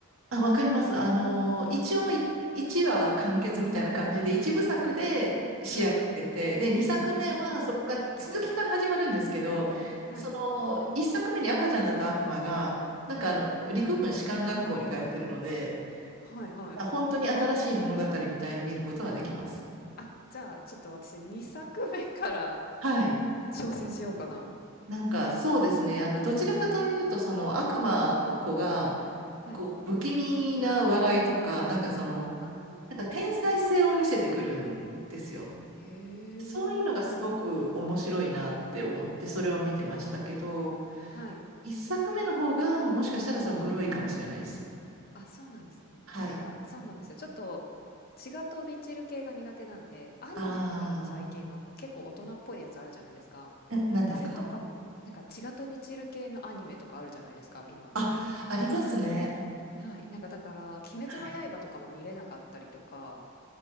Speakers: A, on the right; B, on the left.
A: あ、わかります。あのー、一応い、1話完結みたいな感じで、一部作で仕上がってて、
B: はい。
A: で、2作目はそっから続きから始まるんですけど、
B: うんうん。はい。はい。
A: その1作目に赤ちゃんだった悪魔が、なんかあの、
B: はい。
A: 陸軍士官学校に通ってるので、
B: はいはい。
A: あ本当に新しい物語みたいに見ることはできます。
B: あ、じゃあ、ちょっと私2作目から
A: はい。
B: 挑戦しようかな。
A: なんかそうですね、あの、どちらかというと、その悪魔の子が、
B: はい。はい。
A: こう、不気味な笑いとか、なんかその、
B: ああ。
A: なんか天才性を見せてくるんですよ。
B: へえ。
A: そういうのがすごく面白いなって思ってそれを見てましたけど、
B: はい。
A: 一作目の方がもしかしたらそのグロいかもしれないです。
B: あ、そうなんですね。
A: はい。
B: なんか、そうなんですよ。ちょっと、血が飛び散る系が苦手なんで、アニメとかでも最近の結構大人っぽいやつあるじゃないですか。
A: ああ、え、何ですか
B: あれとかも、なんか血が飛び散る系のアニメとかあるじゃないですか、今。
A: あ、ありますね。
B: はい。なんかだから、鬼滅の刃とかも見れなかったりとか、
A: はい。